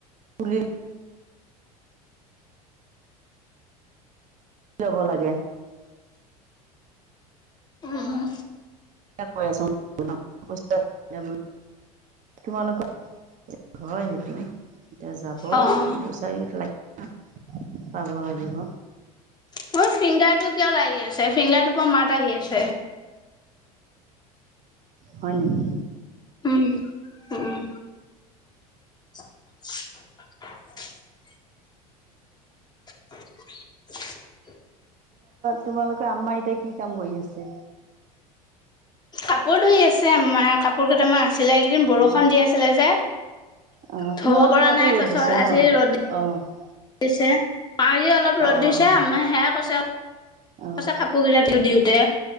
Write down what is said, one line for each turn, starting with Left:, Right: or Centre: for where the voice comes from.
Right: তুলি লব লাগে <inaudible>
Left: অম
Right: কৈ আছো <unintelligible> তোমালোকৰ, হয় সেইটো এতিয়া যাব
Left: অ'।
Right: পইচা ই লাগ পাব লাগিব।
Left: মোৰ ফিংগাৰটো কিয় লাৰি আছে ফিংগাৰটোৰ পৰা মাত আহি আছে।
Right: হয় নেকি?
Left: উম উ উম <inaudible> <inaudible>
Right: তোমালোকে আম্মাই এতিয়া কি কাম কৰি আছে?
Left: কাপোৰ ধুই আছে আম্মাই কাপোৰ কেইটামান আছিলে এইকেইদিন বৰষুণ
Right: অ
Left: দি আছিলে যে।
Right: অ
Left: ধুব
Right: তোমালোকৰ
Left: পৰা
Right: তাতো
Left: নাই
Right: ৰ'দ
Left: তাৰছত
Right: দিছে
Left: আজি
Right: ন?
Left: ৰ'দ
Right: অঁ।
Left: দিছে পাৰি অলপ ৰ'দ
Right: অ অ
Left: দিছে আম্মাই সেয়াই কৈছে। <inaudible> কৈছে
Right: অ
Left: কাপোৰকেইটা ধুই দিও দে।